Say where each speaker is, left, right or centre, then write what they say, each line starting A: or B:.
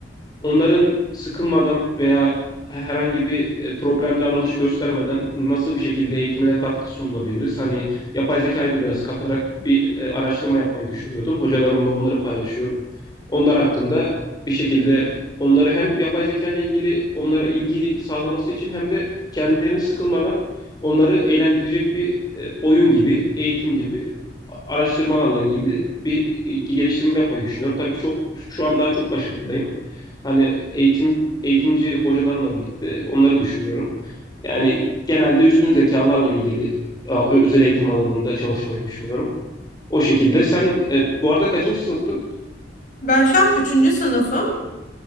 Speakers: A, on the left; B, on the left.
A: onların sıkılmadan veya herhangi bir e, problem davranış göstermeden nasıl bir şekilde eğitimine katkı sunulabiliriz? Hani yapay zekayı da biraz katarak bir e, araştırma yapmayı düşünüyordum. Hocalarımla onları paylaşıyorum. Onlar hakkında bir şekilde onları hem yapay zeka ile ilgili onlara ilgi sağlaması için hem de kendilerini sıkılmadan onları eğlendirecek bir e, oyun gibi, eğitim gibi araştırmalarla ilgili bir e, geliştirme yapmayı düşünüyorum. Tabii çok şu an daha çok başındayım hani eğitim eğitimci hocalarımla birlikte onları düşünüyorum. Yani genelde üstün zekalarla ilgili özel eğitim alanında çalışmayı düşünüyorum. O şekilde. Sen e, bu arada kaçıncı sınıftın?
B: Ben şu an üçüncü sınıfım.